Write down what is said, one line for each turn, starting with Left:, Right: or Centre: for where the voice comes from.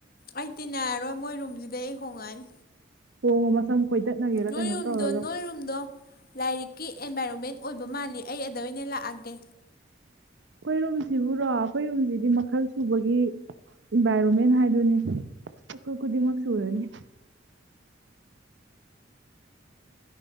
Left: ꯑꯩ ꯇꯤ ꯏꯔꯣꯏ ꯃꯣꯏ ꯔꯨꯝꯁꯤꯗꯩ ꯑꯩ ꯍꯣꯡꯉꯛꯑꯅꯤ
Right: ꯑꯣ ꯃꯁꯝ ꯐꯣꯏꯗꯠꯅꯒꯦꯔ
Left: ꯅꯣꯏꯔꯨꯝꯗꯣ
Right: ꯀꯩꯅꯣꯝ ꯇꯧꯔꯒ
Left: ꯅꯣꯏꯔꯨꯝꯗꯣ ꯂꯥꯏꯔꯤꯛꯀꯤ ꯑꯦꯟꯚꯥꯏꯔꯣꯟꯃꯦꯟ ꯑꯣꯏꯕ ꯃꯥꯜꯂꯤ ꯑꯩ ꯑꯗꯨꯗ ꯑꯣꯏꯅ ꯂꯥꯛꯑꯒꯦ
Right: ꯈꯣꯏꯔꯨꯝꯁꯤꯕꯨꯔꯣ ꯑꯩꯈꯣꯏꯔꯨꯝꯁꯤꯗꯤ ꯃꯈꯜ ꯁꯨꯕꯒꯤ ꯏꯟꯚꯥꯏꯔꯣꯟꯃꯦꯟ ꯍꯥꯏꯗꯨꯅꯤ ꯑꯩꯈꯣꯏ ꯈꯨꯗꯤꯡꯃꯛ ꯁꯨꯔꯅꯤ